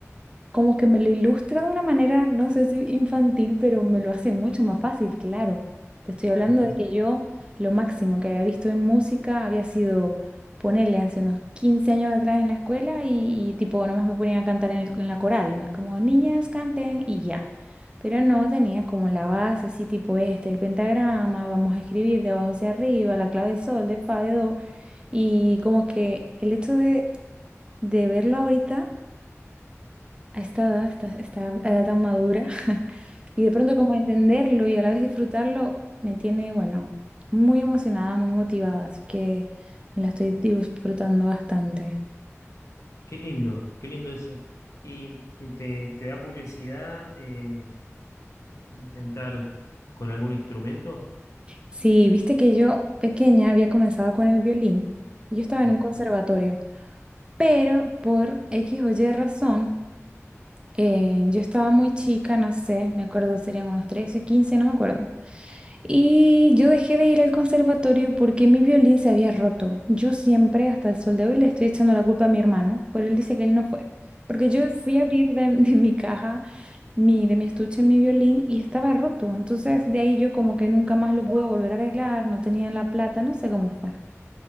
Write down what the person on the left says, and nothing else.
ujú.
Qué lindo, qué lindo eso. ¿Y, y te, te da curiosidad eh, intentar con algún instrumento?
Ujú.